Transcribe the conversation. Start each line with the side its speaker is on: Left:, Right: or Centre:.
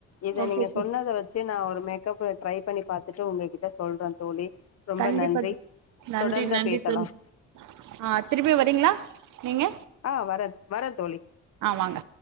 Left: இத
Right: ஓகே
Left: நீங்க
Right: தோழி
Left: சொன்னத வச்சு நா ஒரு மேக்கப்பு ட்ரை பண்ணி பாத்துட்டு உங்ககிட்ட சொல்ற தோழி ரொம்ப
Right: கண்டிப்பா
Left: நன்றி
Right: நன்றி
Left: தொடர்ந்து
Right: நன்றி
Left: பேசலாம்
Right: தோழி ஆ திருப்பி வரீங்களா நீங்க
Left: ஆ வர வரன் தோழி
Right: ஆ வாங்க